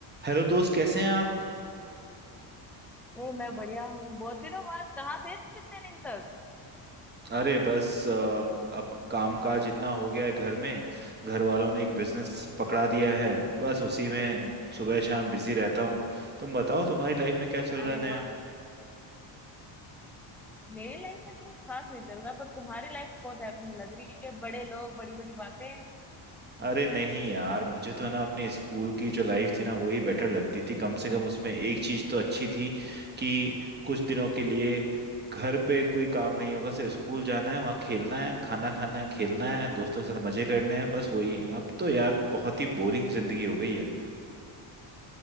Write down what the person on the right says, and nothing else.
Hello दोस्त कैसे हैं आप
अरे बस अ, अब कामकाज इतना हो गया है घर में घर वालों ने एक बिजनेस पकड़ा दिया है बस उसी में सुबह शाम बिजी रहता हूँ तुम बताओ तुम्हारी लाइफ में क्या चल रहा
है नया
अरे नहीं यार मुझे तो है ना अपनी स्कूल की जो लाइफ थी ना वही बेटर लगती थी कम से कम उसमें एक चीज़ तो अच्छी थी कि कुछ दिनों के लिए घर पे कोई काम नहीं होगा सिर्फ स्कूल जाना है वहाँ खेलना है खाना खाना है खेलना है दोस्तों के साथ मजे करने हैं बस वही अब तो यार बहुत ही बोरिंग जिंदगी हो गई है